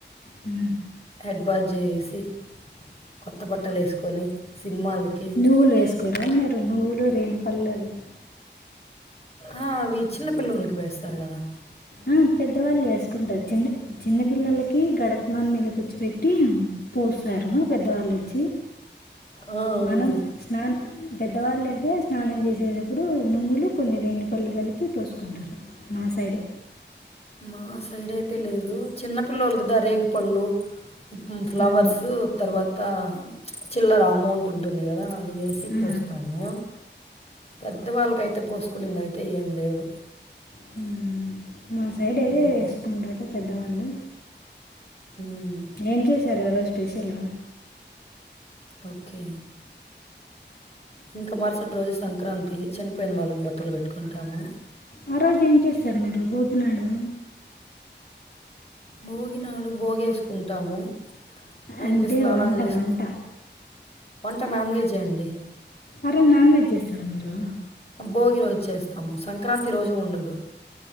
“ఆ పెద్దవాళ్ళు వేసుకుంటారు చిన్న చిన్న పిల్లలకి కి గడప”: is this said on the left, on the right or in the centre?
Left